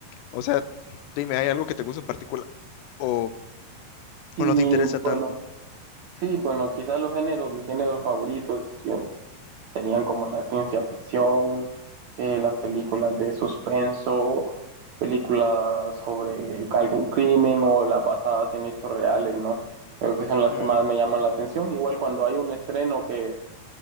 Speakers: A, on the left; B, on the right.
A: o sea, dime, ¿hay algo que te gusta en particular o, o
B: Y
A: no te interesa tanto?
B: bueno, sí, bueno, quizás los géneros, mis géneros favoritos, Serían como la ciencia ficción, eh, las películas de suspenso, películas sobre algún crimen o las basadas en hechos reales, ¿no? Creo que son las
A: Mm,
B: que más me llaman la atención. Igual cuando hay un estreno que